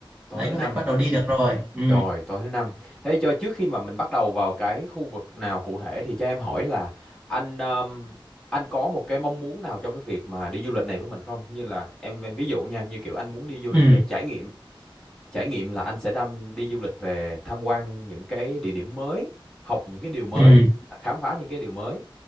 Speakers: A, in the centre; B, on the right.
A: tối
B: là anh
A: thứ
B: có
A: năm
B: thể bắt đầu đi được rồi ừ
A: Rồi, tối thứ năm. Thế cho trước khi mà mình bắt đầu vào cái khu vực nào cụ thể thì cho em hỏi là anh um, anh có một cái mong muốn nào trong cái việc mà đi du lịch này của mình không? Như là em em ví dụ nha, như kiểu anh muốn đi du
B: ừ
A: lịch về trải nghiệm. Trải nghiệm là anh sẽ đam đi du lịch về tham quan những cái địa điểm mới, học những cái điều mới,
B: ừ
A: khám phá những cái điều mới.